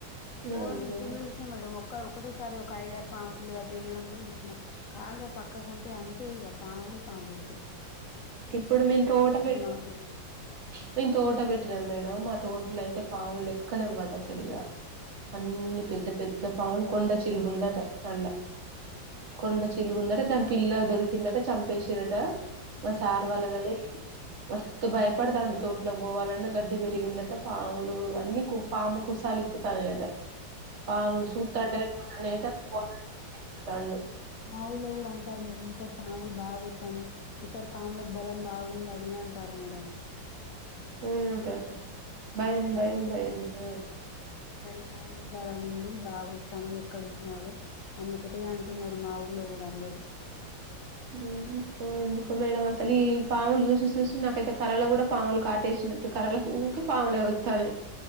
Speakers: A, on the left; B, on the right.
A: ఓ
B: అవును
A: నేను
B: మేడం
A: ఫుల్ చూసినా మేడం ఒక్క ఒకటేసారి ఒక ఐదు ఆరు పాము పిల్లలు అట్ల ఎళ్ళడం కూడా చూసిన కాల్వ పక్కకు ఉంటే అంతే ఇగ పాములే పాములు ఎళ్తాయి
B: ఇప్పుడు మేం తోట పె
A: మాకు
B: మేం తోట పెట్టినాం మేడం మా తోటలో అయితే పాములు లెక్కలేవు ఆడ అసలు ఇగ అన్ని పెద్ద పెద్ద పాములు కొండ చిలువ ఉందట అందులా కొండ చిలువు ఉం తే దాని పిల్ల దొరికిందట చంపేసిర్రట మా సార్
A: ఆ
B: వాళ్ళ దాని మస్తు భయపడతాండు తోట్లోకి పోవాలన్న గడ్డి పెరిగిందటా పాములు అన్నీ కు పాము కుసాలు లిప్పుతన్నాయట పాముల్ సూతాంటనే కొతన్యయటా <unintelligible> తండు
A: మాఊల్లో గూడా అంటార్రు మేడం ఈసారి పాములు బాగా ఒస్సయి ఈసారి పాములక్ బలం బాగుందని అంటారు మేడం
B: అవునటా భయం
A: బలం
B: భయం భయం భయం
A: ఈసారి పాముక్ బలం ఉంది బాగా ఒస్తానై ఎక్కడ జుస్నా అవే అని ఒకటే అంటున్నారు మా ఊళ్ళలో గూడా అందరూ
B: ఉహు ఉ ఎందుకో మేడం అసల్ ఈ పాముల్ జుసి సుసి నాకైతే కలలా గూడా పావులు కాటేషినా అటు కలలక్ ఊకే పావులే ఒస్తాయి